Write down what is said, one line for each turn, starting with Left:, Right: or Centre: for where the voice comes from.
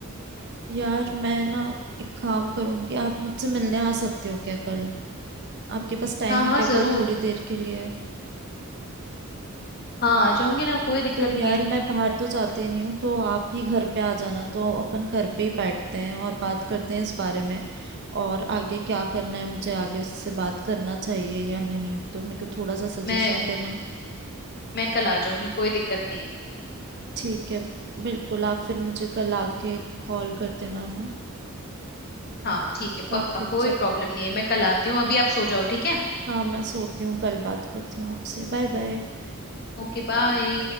Right: यार मैं ना एक काम करूंगी आप मुझसे मिलने आ सकते हो क्या कल आपके पास टाइम
Left: हाँ
Right: है
Left: हाँ
Right: क्या
Left: जरूर
Right: कल थोड़ी देर के लिए
Left: हाँ आ जाऊंगी ना कोई दिक्कत
Right: तो यार
Left: नहीं है
Right: मैं बाहर तो जाती नहीं हूँ तो आप ही घर पे आ जाना तो अपन घर पे ही बैठते हैं और बात करते हैं इस बारे में और आगे क्या करना है मुझे आगे उससे बात करना चाहिए या नहीं तो मेरे को थोड़ा सा सजेशन
Left: मैं
Right: देना
Left: मैं कल आ जाऊंगी कोई दिक्कत नहीं है
Right: ठीक है बिल्कुल आप फिर मुझे कल आके कॉल कर देना ना
Left: हाँ ठीक है पक्का
Right: ओके
Left: कोई
Right: चलो
Left: प्रॉब्लम नहीं है मैं कल आती हूँ अभी आप सो जाओ ठीक है
Right: हाँ मैं सोती हूँ कल बात करती हूँ आपसे Bye bye
Left: Okay bye